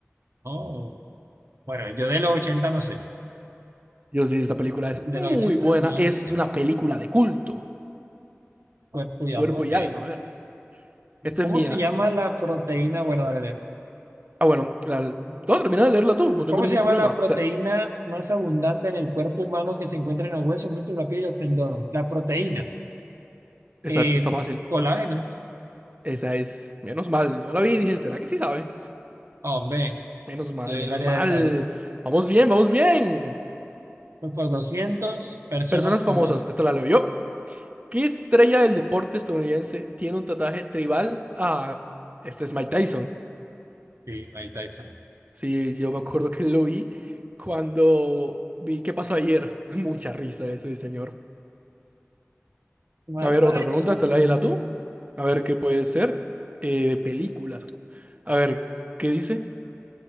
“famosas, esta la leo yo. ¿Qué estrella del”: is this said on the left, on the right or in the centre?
Right